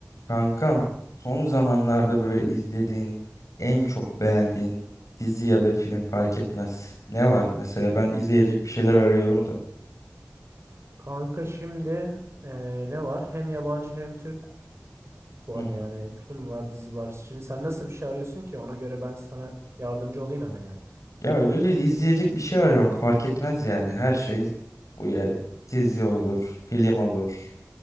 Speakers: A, on the left; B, on the right.
A: Kankam, son zamanlarda böyle izlediğin, en çok beğendiğin dizi ya da film fark etmez. Ne var mesela ben izleyecek bir şeyler arıyorum da.
B: Kanka şimdi eee, ne var? Hem yabancı hem Türk var
A: Hı hı.
B: yani film var dizi var. Şimdi sen nasıl bir şey arıyorsun ki? Ona göre ben sana yardımcı olayım hemen yani.
A: Ya öyle izleyecek bir şey arıyorum fark etmez yani her şey uyar. Dizi olur, film olur.